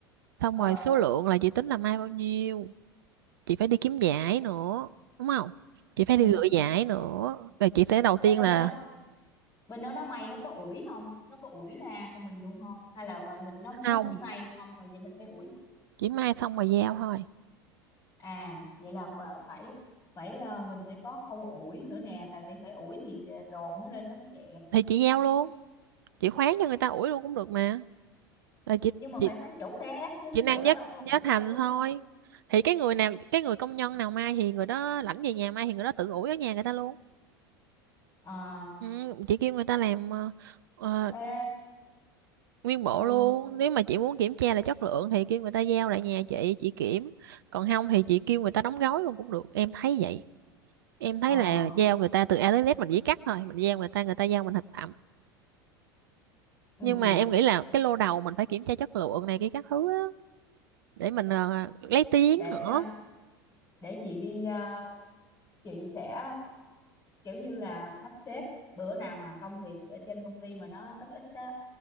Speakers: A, on the right; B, on the left.
A: xong
B: ờ
A: rồi số lượng là chị tính là mai bao nhiêu chị phải đi kiếm giải nữa đúng không chị phải
B: ừ.
A: đi lựa giải nữa rồi chị sẽ đầu tiên
B: Ê, bên
A: là
B: đó bên đó nó may nó có ủi không nó có ủi ra cho mình luôn không hay là và mình nó
A: không
B: nó chỉ may xong rồi vậy mình phải ủi
A: chỉ mai xong rồi giao thôi
B: à vậy là bờ- phải phải ờ, mình phải có khâu ủi nữa nè tại vì phải ủi thì ờ, đồ nó lên nó mới đẹp
A: thì chị giao luôn chị khoán cho người ta ủi luôn cũng được mà là chị
B: nhưng mà
A: chị
B: phải bán chỗ khác chứ
A: chị
B: cái
A: năng
B: chỗ đó
A: giá
B: đâu có
A: giá
B: ủi đâu
A: thành
B: đúng
A: thôi
B: không
A: thì cái người nào cái người công nhân nào mai thì người đó lãnh về nhà mai thì người đó tự ủi ở nhà người ta luôn
B: à
A: ừ, chị kêu người ta làm ờ, ờ,
B: ê
A: nguyên bộ
B: ờ
A: luôn nếu mà chị muốn kiểm tra là chất lượng thì kêu người ta giao lại nhà chị chị kiểm còn không thì chị kêu người ta đóng gói luôn cũng được em thấy vậy em thấy
B: ờ
A: là giao người ta từ A tới Z mình chỉ cắt thôi mình giao người ta người ta giao mình thành phẩm
B: ừ
A: nhưng mà em nghĩ là cái lô đầu mình phải kiểm tra chất lượng này cái các thứ á để mình ờ, lấy tiếng
B: để
A: nữa
B: ờ, để chị đi ờ, chị sẽ kiểu như là sắp xếp bữa nào mà công việc ở trên công ty mà nó ít ít á